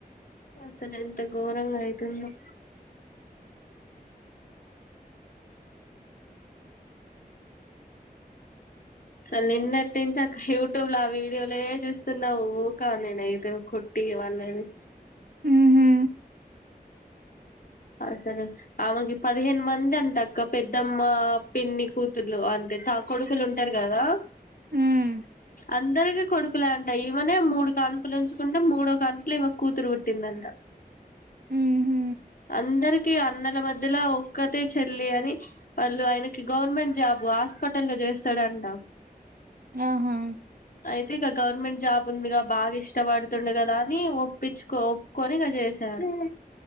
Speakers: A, on the left; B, on the right.
A: అసలు ఎంత ఘోరంగా అయితుందొ అసలు నిన్నటి నుంచి అక్క యూట్యూబ్ ల ఆ వీడియోలే చూస్తున్నా ఊకా నేను ఐతే కొట్టి ఇగ వాళ్లని
B: ఉహు
A: అసలు ఆమెకి పదిహేను మంది అంటా అక్క పెద్దమ్మ పిన్ని కూతుర్లు అం టా కొడుకులు ఉంటరు కదా
B: ఉమ్
A: అందరికిీ కొడుకులే అంట ఈమనే మూడు కానుపులు ఉంచుకుంటే మూడో కానుపుల ఈమెకు కూతురు పుట్టిందంట
B: మ్ హూ
A: అందరికి అన్నల మధ్యలో ఒక్కతే చెల్లి అని వాళ్లు ఆయనకి గవర్నమెంట్ జాబ్ హా స్పిటల్లో చేస్తాడుంట
B: అహా
A: అయితే ఇక గవర్నమెంట్ జాబ్ ఉందిగా బాగా ఇష్టపడుతుండు కదా అని ఒప్పించుకో ఒప్పుకోని ఇగ చేశారు